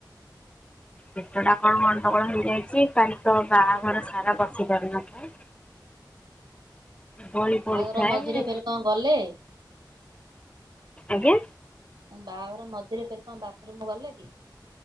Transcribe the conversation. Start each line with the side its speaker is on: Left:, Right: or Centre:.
Left: ପେଟଟା କଣ ଗଣ୍ଡଗୋଳ ହେଇଯାଇଛି କାଲି ତ ବାହାଘର ସାରା ବସି ପାରୁନଥାଏ ବଳି ପଡିଥାଏ।
Right: ବାହାଘର ମଝିରେ ଫେର କଣ ଗଲେ?
Left: ଆଜ୍ଞା
Right: ବାହାଘର ମଝିରେ ଫେର କଣ ବାଥରୁମ ଗଲେ କି?